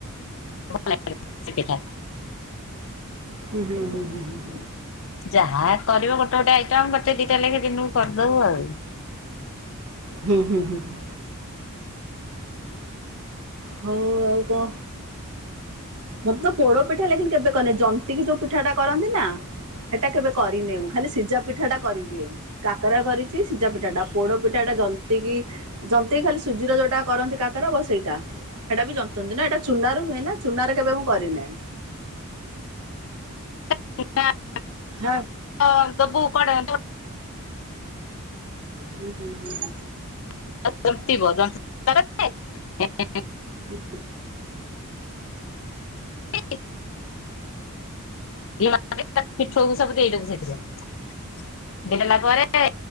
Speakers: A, on the left; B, on the right.
A: <inaudible> ସେ ପିଠା।
B: ହୁଁ ହୁଁ ହୁଁ ହୁଁ ହୁଁ।
A: ଯାହା କରିବ ଗୋଟେ ଗୋଟେ ଆଇଟମ ଗୋଟେ ଦିଟା ଲେଖେ ଦିନକୁ କରିଦବୁ ଆଉ।
B: ହୁଁ ହୁଁ ହୁଁ ହୁଁ। ହଉ ଆ କଣ ମୋତେ ତ ପୋଡ ପିଠା ଲେକିନ୍ କେବେ କରିନି ଜନ୍ତିକି ଯୋଉ ପିଠା ଟା କରନ୍ତି ନା ସେଟା କେବେ କରିନେ ମୁ ଖାଲି ସିଝା ପିଠା ଟା କରିଦିଏ। କାକେରା କରିଛି ସିଝା ପିଠା ଟା ପୋଡ ପିଠାଟା ଜନ୍ତିକିି ଜନ୍ତିକି ଖାଲି ସୁଜିର ଯୋଉଟା କରନ୍ତି କାକେର ବସ୍ ସେଇଟା। ସେଇଟା ବି ଜନ୍ତନ୍ତି ନା ଏଇଟା ଚୁନା ରୁ ହୁଏ ନା ଚୁନାରେ କେବେ ମୁଁ କରିନାହିଁ।
A: <inaudible>
B: ହା
A: ହଁ ଦବୁ କୁଆଡେ <inaudible>
B: ହୁଁ ହୁଁ ହୁଁ ହୁଁ,
A: <inaudible>
B: ହୁଁ ହୁ,
A: <inaudible> ପିଠଉ ସବୁ ଦେଇଦବୁ ସେଥିରେ, ଦେଇ ଦେଲା ପରେ